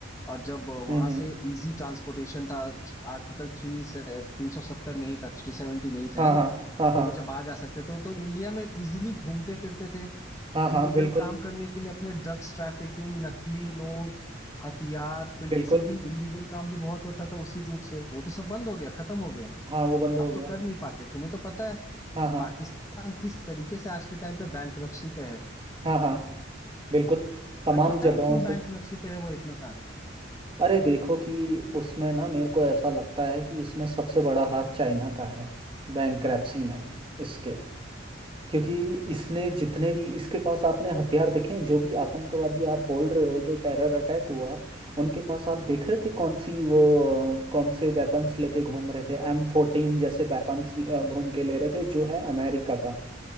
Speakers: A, on the left; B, on the right.
A: और जब
B: हम्म
A: वहां
B: हम्म
A: से इजी ट्रांसपोर्टेशन था आर्टिकल थ्री तीन सौ सत्तर नहीं था थ्री सेवेंटी नहीं था
B: हाँ
A: है ना
B: हाँ हाँ हाँ
A: तो वो जब आ जा सकते थे तो इंडिया में इजीली घूमते फिरते थे
B: हाँ
A: इलीगल
B: हाँ बिल्कुल
A: काम करने के लिए अपने ड्रग्स ट्रैफिकिंग नकली नोट हथियार तो ये
B: बिल्कुल
A: सब भी इलीगल काम भी बहुत होता था उसी रूट से वो तो सब बंद हो गया खत्म हो गया
B: हाँ वो बंद हो
A: अब
B: गया
A: तो कर नहीं पाते तुम्हें तो पता है
B: हाँ
A: कि
B: हाँ
A: पाकिस्तान किस तरीके से आज के टाइम पे बैंकरप्सी पे है
B: हाँ हाँ बिल्कुल तमाम
A: तुम्हें पता
B: जगहों
A: है क्यों बैंकरप्सी
B: से
A: पे है वो इतना
B: अरे देखो कि उसमें ना मेरे को ऐसा लगता है कि इसमें सबसे बड़ा हाथ चाइना का है बैंकरप्सी में इसके क्योंकि इसने जितने भी इसके पास आपने हथियार देखे हैं, जो भी आतंकवादी आप बोल रहे हो जो टेरर अटैक हुआ उनके पास आप देख रहे थे कौन सी वो कौन से वेपन्स लेके घूम रहे थे एम फोर्टीन जैसे वेपन्स घूम के ले रहे थे जो है अमेरिका का